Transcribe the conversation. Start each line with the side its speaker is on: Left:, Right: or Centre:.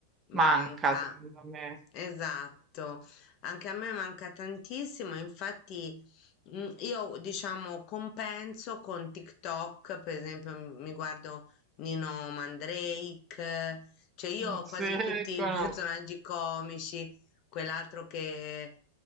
Right: manca,
Left: Manca,
Right: secondo me.
Left: esatto, anche a me manca tantissimo, infatti mm, io diciamo compenso con TikTok, per esempio m- mi guardo Nino Mandrake, cioè io
Right: <laughs>
Left: ho
Right: Sì,
Left: quasi tutti
Right: conosco.
Left: i <laughs> personaggi comici, quell'altro che